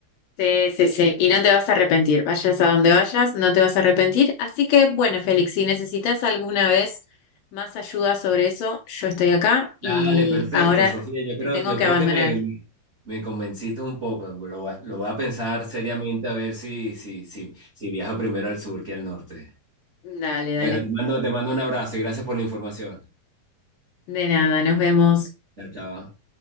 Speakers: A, on the left; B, on the right.
A: Sí, sí, sí, y no te vas a arrepentir, vayas a donde vayas, no te vas a arrepentir. Así que, bueno, Félix, si necesitas alguna vez más ayuda sobre eso, yo estoy acá y
B: Dale, perfecto,
A: ahora
B: Sofía. Yo
A: te
B: creo,
A: tengo
B: yo
A: que
B: creo
A: abandonar.
B: que me, me convenciste un poco. Lo voy a, lo voy a pensar seriamente a ver si, si, si, si viajo primero al sur que al norte.
A: Dale, dale.
B: Bueno, te mando, te mando un abrazo y gracias por la información.
A: De nada, nos vemos.
B: Chao, chao.